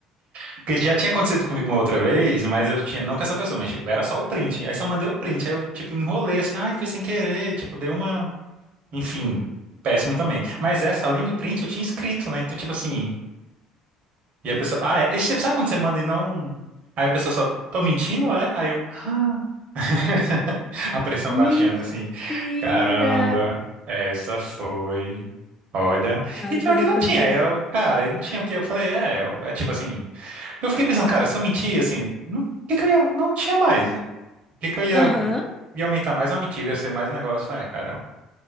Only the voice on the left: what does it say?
Mentira!
Não,
essa
daí
foi
pior.
Aham.